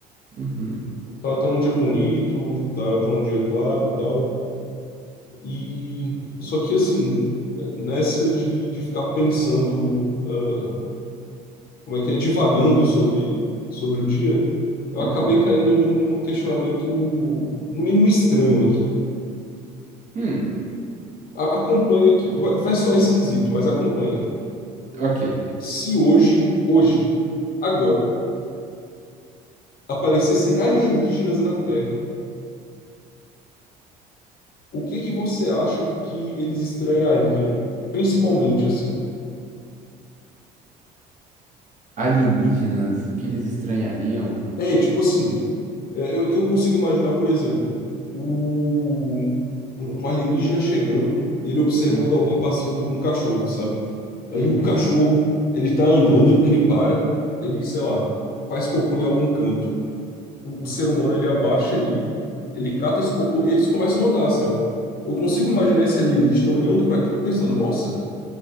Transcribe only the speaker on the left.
Tá, tá um dia bonito, tá, tá um dia claro, tal. E só que assim, é, nessa de, de ficar pensando, ah, como é que é, divagando sobre, sobre o dia, eu
acabei caindo num, num questionamento, no mínimo estranho aqui, cara.
A- acompanha aqui. Vai, vai soar esquisito, mas acompanha.
Se hoje, hoje, agora aparecessem alienígenas na Terra, pô, o que que você acha que eles estranhariam? Principalmente assim.
É, tipo assim, é, o que eu consigo imaginar, por exemplo, o, um alienígena chegando e ele observando
alguém passeando com um cachorro, sabe? Aí
o cachorro, ele tá andando, ele para, ele, sei lá, faz cocô em algum canto. O, o ser humano, ele abaixa ali, ele cata esse cocô e eles começam a andar, sabe? Eu consigo imaginar esse alienígena olhando para aquilo e pensando, nossa,